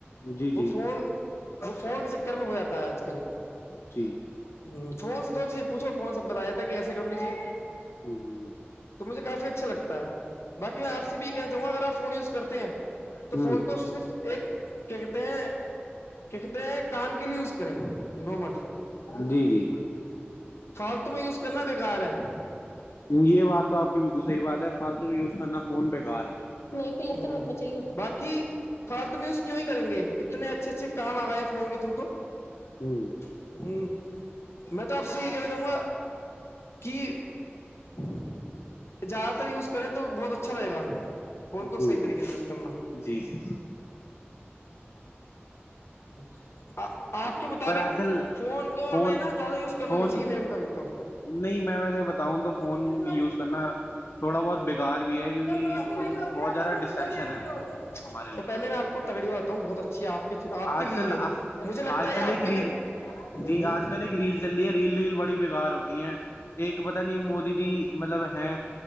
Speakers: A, on the left; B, on the left.
A: جی جی
B: وہ فون وہ فون کے چکر میں ہو جآ ہے آج کل
A: جی
B: ہ فون سے تو چیزیں پوچھو فون سے بتایا تھا کہ ایسے کر لیجیے
A: ہ
B: تو مجھے کافی اچھا لگتا ہے باقی میں آپ سے بھی یہ کہنا چاہوں گا اگر آپ فون یوز کرتے ہیں تو
A: ہ
B: فون کو صرف ایک کیا کہتے ہیں کیا کہتے ہیں کام کے لیے یوز کریں نارمل
A: جی جی
B: فالتو میں یوز کرنا بےکار ہے
A: یہ بات تو آپ کی بلکل صحع بات ہے فالتو بھی یوز کرنا فون بیکار ہے
B: نہیں پل تو م چاہیے باقی فالتو میںز کیوں ہی کریں گے اتنے اچھے اچھے کام آگئے ہیں فون کے تھرو تو
A: ہوں
B: ہوں میں تو آپ سے یہ کہنا چاہوں گا کہ <inaudible> زیادہ تر یوز کریں تو بہت اچھا رہے گا فون
A: جی
B: کو صحیح
A: جی
B: طریقے سے یوز کرنا
A: جی جی
B: <inaudible> ہ آپ کے مطابق
A: پر آج کل
B: فون کو
A: فون
B: ہمیں نا زیادہ یوز کرنا
A: فون
B: نہیں سے میرے مطاببق تو
A: نہیں میں ویسے بتا تو
B: جب
A: فون یوز کرنا تھوڑا بہت بیکار بھی ہے کیونکہ
B: روٹی نہیں ہوتی
A: بہت
B: نا
A: زیادہ
B: تبھی تم
A: ڈسٹریکشن
B: صحیح رہتے
A: ہے وہ
B: ہو
A: ہمارے لیے
B: تو پہلے میں آپ کو تگڑی بات بتاؤں بہت اچھی ہے آپ کے آپ
A: آج
B: کے لیے
A: کل
B: ہی ہے مجھے لگتا
A: آج
B: ہے
A: کل
B: آپ
A: ایک
B: کے لیے
A: ریل
B: ہوں
A: جی آج کل ایک ریل چل رہی ہے ریل ریل بڑی بےگار ہوتی ہے ایک پت نہیں مودی جی مطلب ہے